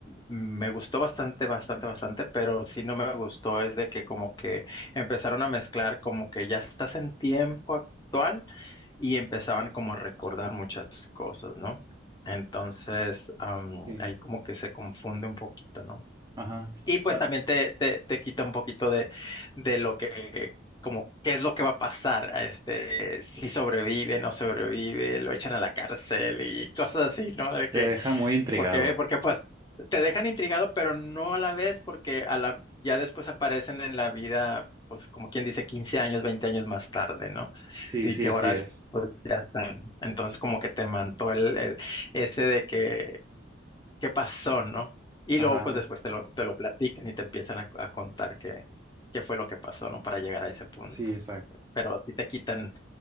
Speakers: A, on the left; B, on the right.
A: me gustó bastante, bastante, bastante, pero sí no me gustó es de que como que empezaron a mezclar como que ya estás en tiempo actual y empezaban como a recordar muchas cosas, ¿no? Entonces, am,
B: Sí.
A: ahí como que se confunde un poquito, ¿no?
B: ajá.
A: Y pues
B: La-
A: también te, te, te quita un poquito de, de lo que, como, qué es lo que va a pasar, a este, si sobrevive, no sobrevive, lo echan a la cárcel y
B: Te
A: cosas así, ¿no? De
B: te
A: que,
B: deja muy intrigado.
A: porque, porque pues te dejan intrigado, pero no a la vez, porque a la, ya después aparecen en la vida, pues como quien dice, 15 años, 20 años más tarde, ¿no?
B: Sí,
A: Y
B: sí,
A: que
B: así
A: ahora
B: es.
A: es, pues ya están. Entonces como que te mantó el, el- ese de que qué pasó, ¿no? Y
B: Ajá,
A: luego, pues después
B: eh,
A: te lo, te lo platican y te empiezan a, a contar qué, qué fue lo que pasó, ¿no? Para llegar a ese punto.
B: sí, exacto.
A: Pero sí te quitan